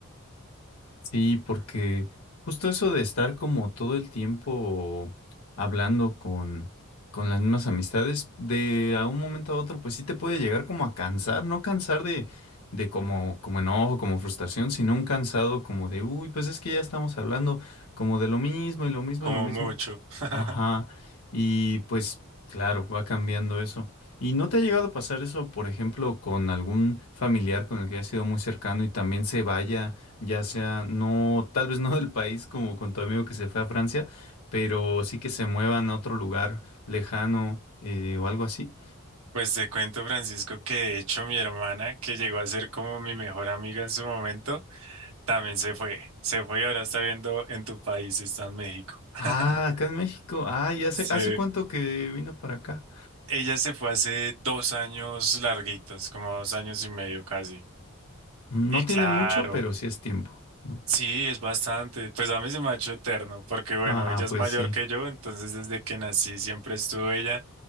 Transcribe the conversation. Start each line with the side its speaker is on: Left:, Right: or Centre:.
Left: Sí, porque justo eso de estar como todo el tiempo hablando con, con las mismas amistades, de a un momento a otro, pues sí te puede llegar como a cansar, no cansar de, de como, como enojo, como frustración, sino un cansado como de, uy, pues es que ya estamos hablando como de lo mismo y lo mismo
Right: como
Left: y lo mismo.
Right: mucho. <laughs>
Left: Ajá, y pues claro, va cambiando eso. ¿Y no te ha llegado a pasar eso, por ejemplo, con algún familiar con el que hayas sido muy cercano y también se vaya? ya sea no, tal vez no del país como con tu amigo que se fue a Francia, pero sí que se muevan a otro lugar lejano eh, o algo así.
Right: Pues te cuento, Francisco, que de hecho mi hermana, que llegó a ser como mi mejor amiga en su momento, también se fue, se fue y ahora está viendo en tu país, está en México. <laughs>
Left: Ah, acá en México. Ah, ¿y hace,
Right: Sí.
Left: hace cuánto que vino para acá?
Right: Ella se fue hace dos años larguitos, como dos años y medio casi.
Left: No
Right: Y
Left: tiene
Right: claro,
Left: mucho, pero sí es tiempo. ¿no?
Right: sí, es bastante. Pues a mí se me ha hecho eterno, porque bueno,
Left: Ah,
Right: ella es
Left: pues
Right: mayor
Left: sí.
Right: que yo, entonces desde que nací siempre estuvo ella.